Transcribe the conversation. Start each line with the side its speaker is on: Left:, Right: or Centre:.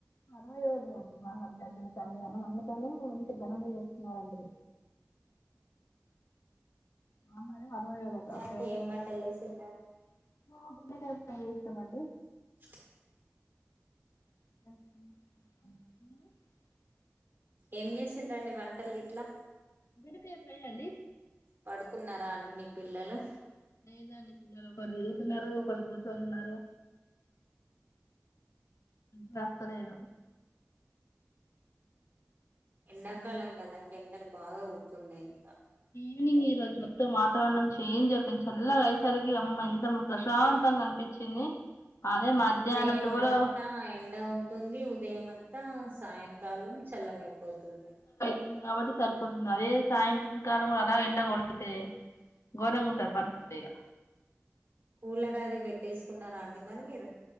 Left: హు <unintelligible> అందుకనీ ఇంత ఘనంగా చే స్తున్నారండి <unintelligible>
Right: ఇంకా అంటే ఏం వంట చేసిండ్రని
Left: ట్రై చేస్తమండి
Right: <inaudible>
Left: <inaudible>
Right: ఏం చేసిండండి వంటలు గిట్లా
Left: బెండకాయ ఫ్రై అండి
Right: పడుకున్నారా అండి మీ పిల్లలు
Left: లేదండి పిల్లలు ఒకరు తిరుగుతున్నరు, ఒకరు కూర్చోని ఉన్నరు. బస్త లేదు
Right: ఎండాకాలం
Left: అలా
Right: కదండి ఎండలు బాగా కొడుతున్నయి ఇంకా.
Left: ఈనింగ్ ఈరోజు మొత్తం వాతావరణం చేంజ్ అయిపోయింది, చల్లగా అయ్యేసరికి అమ్మ ఎంత ప్రశాంతంగా అనిపించింది. అదే మధ్యాహ్నం
Right: ఉదయమంతా
Left: టువెల్వ్
Right: ఎండ ఉంటుంది ఉదయంమంతా సాయంకాలం చల్లగై పోతుంది
Left: <unintelligible> కాబట్టి సరిపోతుంది అదే సాయంకాలం అలా ఎండ కొడితే? ఘోరంగా ఉంటది
Right: మ్
Left: పరిస్థితి ఇగ
Right: కూలర్ అది పెట్టేసుకున్నారా అండి మరి మీరు.